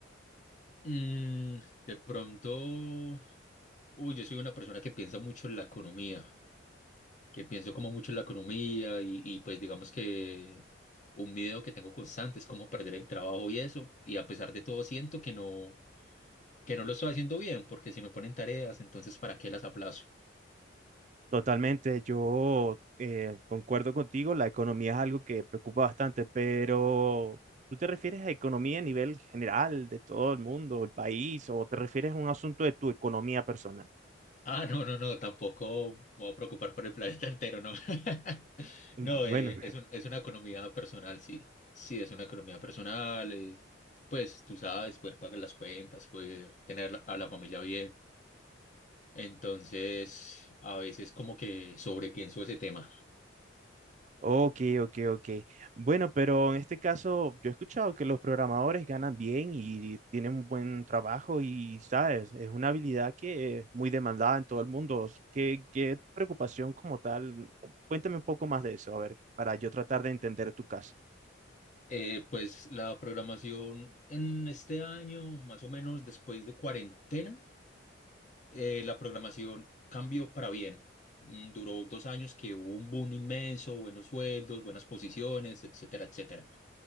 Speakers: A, on the left (about 40°); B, on the right (about 40°).
A: Mm, de pronto, uy, yo soy una persona que piensa mucho en la economía, que pienso como mucho en la economía y, y pues digamos que un miedo que tengo constante es cómo perder el trabajo y eso. Y a pesar de todo siento que no, que no lo estoy haciendo bien porque si me ponen tareas, entonces ¿para qué las aplazo?
B: Totalmente, yo eh, concuerdo contigo, la economía es algo que preocupa bastante, pero ¿tú te refieres a economía a nivel general de todo el mundo, el país, o te refieres a un asunto de tu economía personal?
A: Ah, no, no, no, tampoco me voy a preocupar por el planeta entero, no. <laughs>
B: Mm,
A: No,
B: Bueno,
A: eh, es un- es una economía personal, sí. Sí, es una economía personal. eh, pues tú sabes, poder pagar las cuentas, poder tener a la familia bien. Entonces, a veces como que sobrepienso ese tema.
B: Ok, ok, ok. Bueno, pero en este caso yo he escuchado que los programadores ganan bien y tienen un buen trabajo y, sabes, es una habilidad que es muy demandada en todo el mundo. ¿Qué, qué preocupación como tal? Cuéntame un poco más de eso, a ver, para yo tratar de entender tu caso.
A: Eh, pues la programación en este año, más o menos después de cuarentena. eh, la programación cambió para bien. Mm, Duró dos años que hubo un boom inmenso, buenos sueldos, buenas posiciones, etcétera, etcétera.